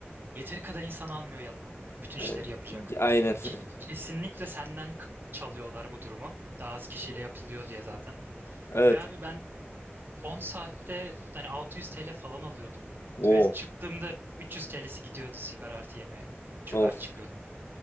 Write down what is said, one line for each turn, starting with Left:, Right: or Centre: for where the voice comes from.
Right: yeteri kadar insan almıyor yanına bütün
Left: E,
Right: işleri yapacak
Left: aynen. <laughs>
Right: Ke- kesinlikle senden k- çalıyorlar bu durumu daha az kişiyle yapılıyor diye zaten
Left: Evet.
Right: ve abi ben 10 saatte hani 600 TL falan alıyordum
Left: O.
Right: ve çıktığımda 300 TL'si gidiyordu sigara artı yemeğe çünkü
Left: Of.
Right: aç çıkıyordum.